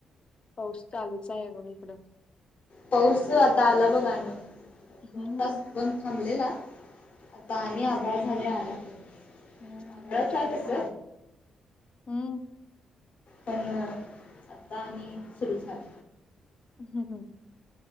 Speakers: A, on the left (about 35°); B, on the left (about 55°).
A: पाऊस चालूच आहे आग बई इकडं
B: पाऊस आता आला बघ आणि
A: हम्म.
B: दोन तास बंद थांबलेला आता आणि आभळ झालय. आला पाऊस
A: हम्म
B: आभळाच
A: आमच्याकडे
B: आहे तस
A: पण आल हम्म
B: पण आता आणि सुरू झालं
A: हम हम